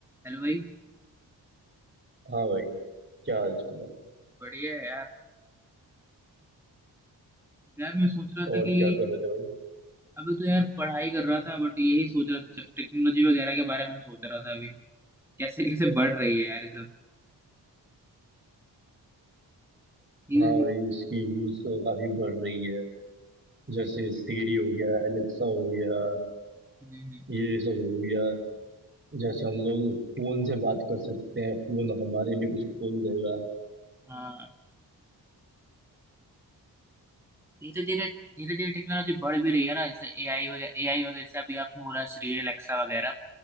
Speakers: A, in the centre; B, on the right (about 25°).
A: हेलो भाई
B: हाँ भाई क्या हाल चाल है
A: बढ़िया है यार यार मैं सोच रहा
B: और
A: था कि
B: क्या कर रहे थे भाई
A: अभी तो यार पढ़ाई कर रहा था बट यही सोच रहा था टेक्नोलॉजी वगैरह के बारे में सोच रहा था अभी कैसे कैसे बढ़ रही है यार ये सब धीरे
B: हाँ
A: धीरे
B: भाई इसकी यूज तो काफी बढ़ रही है जैसे सीरी हो गया एलेक्सा हो गया
A: हम्म,
B: ये सब हो गया जैसे हम लोग फोन से बात कर सकते हैं फोन हमारे लिए कुछ खोल देगा
A: हाँ धीरे धीरे धीरे धीरे टेक्नोलॉजी बढ़ भी रही है ना जैसे एआई वगैरह एआई वगैरह जैसे अभी आपने बोला श्री एलेक्सा वगैरह